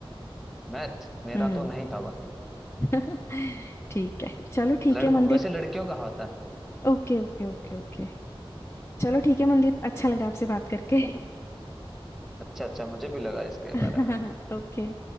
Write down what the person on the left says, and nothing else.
हम्म
<laughs> ठीक है चलो ठीक
है Mandeep
Okay okay okay okay चलो ठीक है मनदीप अच्छा लगा आपसे बात करके
<laughs>
ओके